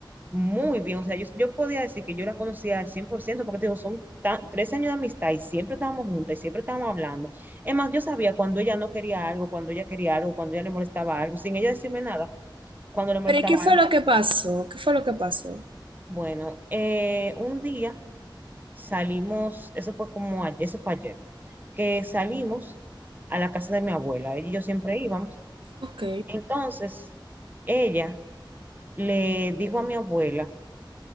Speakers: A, on the right; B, on the right.
A: muy bien, o sea, yo, yo podía decir que yo la conocía al 100%, porque te digo, son tan- tres años de amistad y siempre estábamos juntas y siempre estábamos hablando. Es más, yo sabía cuando ella no quería algo, cuando ella quería algo, cuando ella le molestaba algo, sin ella decirme nada, cuando le molestaba
B: Pero ¿y qué fue
A: algo.
B: lo que pasó? ¿Qué fue lo que pasó?
A: Bueno, eh, un día... salimos, eso fue como, a- eso fue ayer, que salimos a la casa de mi abuela, ella y yo siempre íbamos.
B: Ok,
A: Entonces, ella le dijo a mi abuela